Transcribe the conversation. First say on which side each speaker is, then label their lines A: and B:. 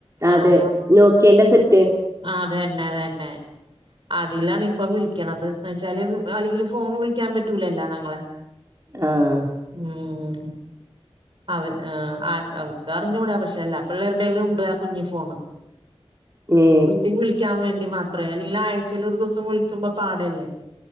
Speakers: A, on the right; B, on the right.
A: ആഹ്
B: അതെ നോക്കിയന്റെ സെറ്റ്
A: ആ അതന്നെ അതന്നെ അതിലാണ് ഇപ്പം വിളിക്കണ്ത് എന്ന് വെച്ചാല് അല്ലെങ്കിലും ഫോൺ വിളിക്കാൻ പറ്റൂലല്ലോ ഞങ്ങളെ
B: ആഹ്
A: ഉം അവർ ആ ആര് അവർക്ക് അറിഞ്ഞൂടാ പക്ഷെ എല്ലാ പിള്ളേരുടേലും ഉണ്ട് ആ കുഞ്ഞു ഫോണ്
B: ഏ
A: <inaudible> വീട്ടിൽ വിളിക്കാൻ വേണ്ടി മാത്ര അല്ലെങ്കിൽ ആഴ്ചയിൽ ഒരു ദിവസം വിളിക്കുമ്പോ പാടല്ലേ